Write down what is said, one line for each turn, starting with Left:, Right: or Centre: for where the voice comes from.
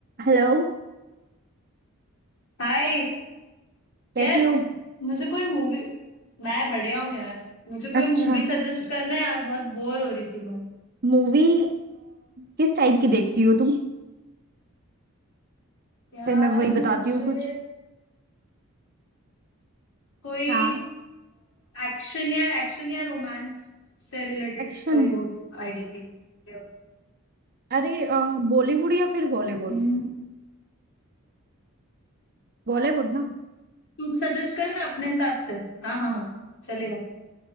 Right: Hello
Left: हाय
Right: कैसे
Left: यार
Right: हो
Left: मुझे कोई मूवी मैं बढ़िया हूँ यार मुझे कोई
Right: अच्छा
Left: मूवी सजेस्ट करना यार बहुत बोर हो रही थी मैं
Right: मूवी किस टाइप की देखती हो तुम
Left: यार
Right: फिर मैं वही बताती
Left: मुझे
Right: हूँ कुछ
Left: कोई
Right: हाँ
Left: एक्शन या एक्शन या रोमांस से रिलेटेड
Right: एक्शन
Left: कोई हो आइडिया
Right: अरे बॉलीवुड या फिर हॉलीवुड
Left: हम्म
Right: बॉलीवुड ना
Left: तू सजेस्ट करना अपने हिसाब से हाँ हाँ हाँ चलेगा